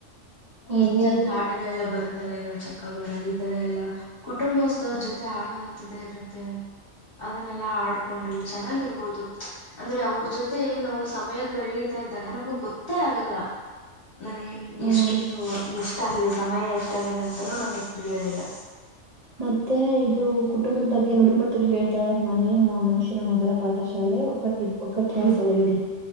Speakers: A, on the right; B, on the left.
A: ಹೌದು
B: ಇತ್ಯಾದಿ ಆಟಗಳೆಲ್ಲ ಬರುತ್ತಲ್ಲ ಈಗ ಚ ಕಬಾರ ಈ ತರ ಎಲ್ಲ ಕುಟುಂಬೋತ್ಸವ ಜೊತೆ ಆಡುವ ಇದೇ ಇರುತ್ತೆ ಅದನ್ನೆಲ್ಲಾ ಹಾಡ್ಕೊಂಡು ಚೆನ್ನಾಗಿರ್ ಹೌದು ಅಂದ್ರೆ ಅವ್ರ ಜೊತೆ ನಾವು ಸಮಯ ಕಳೀಿತಾ ಇದ್ದಾಗ ನಮಗ್ ಗೊತ್ತೇ ಆಗಲ್ಲ ನಾವೇನ್
A: ಹ್ಮ್
B: ಎಷ್ಟೊ ಇ ಎಷ್ಟ ಆಗಿದೆ ಸಮಯ ಎಷ್ಟಾಗಿದೆ ಅಂತಾನೂ ನಮಗ್ ತಿಳಿಯೋದಿಲ್ಲ
A: ಮತ್ತೆ ಇದು ಕುಟುಂಬದ ಬಗ್ಗೆ ಹಾಗ ನುಡಿ ಮುತ್ತು ಕೇಳ್ತಾಳ ಮನೆಯ ಮನುಷ್ಯನ ಮೊದಲ ಪಾಠಶಾಲೆ ಒಗ್ಗಟ್ಟ ಒಗ್ಗಟ್ಟಿನಲ್ಲಿ ಬಲವಿದೆ